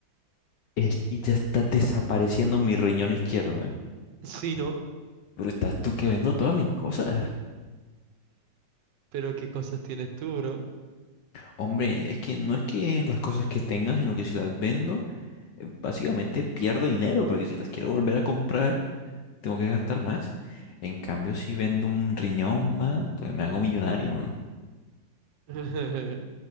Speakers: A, on the left; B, on the right.
A: Es que ya está desapareciendo mi riñón izquierdo, ¿eh?
B: Sí, ¿no?
A: Pero estás tú que vendo todas mis cosas.
B: Pero qué cosas tienes tú, bro.
A: Hombre, es que no es que las cosas que tenga, sino que si las vendo, eh, básicamente pierdo dinero, porque si las quiero volver a comprar, tengo que gastar más. En cambio, si vendo un riñón más, pues me hago millonario, mano.
B: <laughs>